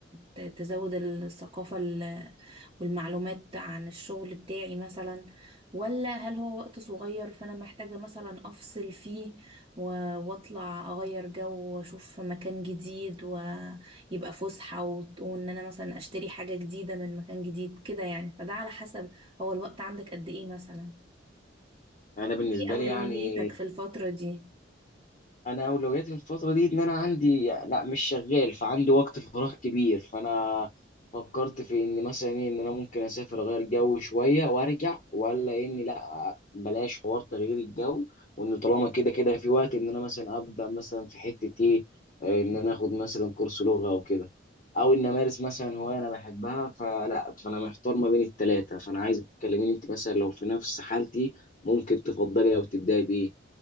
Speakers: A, on the right; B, on the left.
A: ت- تزود الثقافه ال- والمعلومات عن الشغل بتاعي مثلا ولا هل هو وقت صغير فانا محتاجه مثلا افصل فيه و- واطلع اغير جو واشوف مكان جديد و يبقى فسحة و- وان انا مثلا اشتري حاجة جديدة من مكان جديد كده يعني فده على حسب هو الوقت عندك قد ايه مثلا
B: انا بالنسبه
A: ايه اولوياتك
B: لي يعني
A: في الفترة دي
B: انا اولوياتي الفتره دي ان انا عندي لا مش شغال فعندي وقت فراغ كبير فانا فكرت في ان مثلا ايه ان انا ممكن اسافر اغير جو شويه وارجع ولا اني لا بلاش حوار تغيير الجو وان طالما كده كده في وقت ان انا مثلا ابدا مثلا في حته ايه آه، ان انا اخد مثلا كورس لغه او كده او ان امارس مثلا هوايه انا بحبها فلا فانا محتار ما بين التلاته فانا عايزك تكلميني انت مثلا لو في نفس حالتي ممكن تفضلي او تبداي بايه